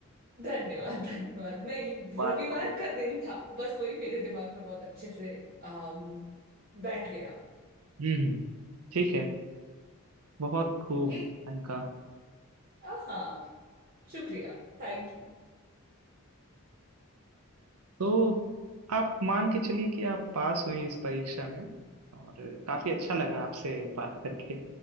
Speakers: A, on the right (about 40°); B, on the right (about 85°).
A: धन्यवाद धन्यवाद नहीं
B: बात
A: रविवार
B: को
A: का दिन था बस वही मेरे दिमाग में बहुत अच्छे से आम, बैठ गया
B: हम्म हम्म, ठीक है बहुत खूब
A: ए
B: अनका
A: आ, हाँ शुक्रिया Thank you
B: तो आप मान के चलिए कि आप पास हुई इस परीक्षा में और काफी अच्छा लगा आपसे बात करके